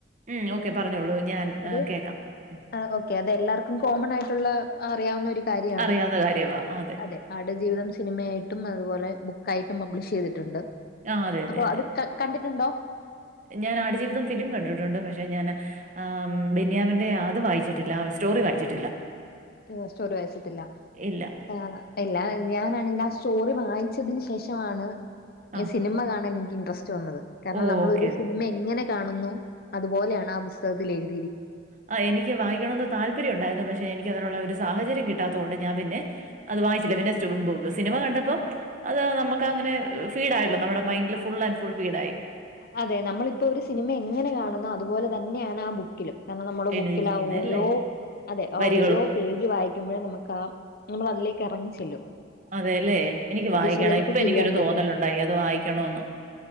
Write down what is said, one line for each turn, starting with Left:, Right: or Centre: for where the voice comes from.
Right: ഉം ഓക്കെ പറഞ്ഞോളൂ ഞാൻ
Left: അത്
Right: ആ, കേക്കാം ഉം.
Left: അ ഓക്കെ അതെല്ലാർക്കും കോമൺ ആയിട്ടുള്ള അറിയാവുന്ന ഒരു കാര്യാണ്.
Right: അറിയാവുന്ന കാര്യമാ ആ,
Left: അതെ ആട് ജീവിതം സിനിമയായിട്ടും അതുപോലെ, ബുക്കായിട്ടും പബ്ലിഷ് ചെയ്തിട്ടുണ്ട്.
Right: ആ അതെ അതെ
Left: അപ്പോ
Right: അതെ
Left: അത് കണ്ടിട്ടുണ്ടോ?
Right: ഞാൻ ആടുജീവിതം ഫിലിം കണ്ടിട്ടുണ്ട്. പക്ഷെ ഞാൻ ആം ബെന്യാമിന്റെ അത് വായിച്ചിട്ടില്ല. സ്റ്റോറി വായിച്ചിട്ടില്ല.
Left: ഓ സ്റ്റോറി വായിച്ചിട്ടില്ല.
Right: ഇല്ല
Left: ആ എല്ലാ ഞാാനാണെങ്കിലാ സ്റ്റോറി വായിച്ചതിന് ശേഷവാണ്
Right: ആ
Left: ഈ സിനിമ കാണാൻ എനിക്ക് ഇൻട്രസ്റ്റ് വന്നത്. കാരണം
Right: ഓ
Left: നമ്മൾ
Right: ഓക്കെ
Left: ഒരു സിനിമ എങ്ങനെ കാണുന്നു അതുപോലെയാണ് ആ പുസ്തകത്തിലെഴുത്
Right: ആ എനിക്ക് വായിക്കണന്ന് താല്പര്യം ഉണ്ടായിരുന്നു. പക്ഷെ എനിക്ക് ക്കതിനുള്ള ഒരു സാഹചര്യം കിട്ടാത്തോണ്ട് ഞാൻ പിന്നെ, അത് വായിച്ചില്ല. പിന്നെ സിനിമ കണ്ടപ്പോ അത് നമുക്ക് അങ്ങനെ ഫീഡ് ആയല്ലോ. നമ്മുടെ മൈൻ്റില് ഫുൾ ആൻഡ് ഫുൾ ഫീഡായി.
Left: അതെ നമ്മളിപ്പോ ഒരു സിനിമ എങ്ങനെ കാണുന്നു അതുപോലെ തന്നെയാണ് ആ ബുക്കിലും. കാരണം നമ്മള്
Right: എഴുതിയിരിക്കുന്നെ
Left: ബുക്കിലാ ഓരോ
Right: അല്ലേ?
Left: അതെ ആ
Right: വരികളും
Left: ഓരോ പേജ് വായിക്കുമ്പോഴും നമുക്ക് ആ നമ്മൾ അതിലേക്ക് എറങ്ങി ചി
Right: അതേല്ലേ.. എനിക്ക് വായിക്കണം.
Left: വിഷ്വലൈസ്
Right: ഇപ്പൊ
Left: ചെയ്യാൻ
Right: എനിക്കൊരു തോന്നലുണ്ടായി.
Left: പറ്റും
Right: അത് വായിക്കണോന്ന്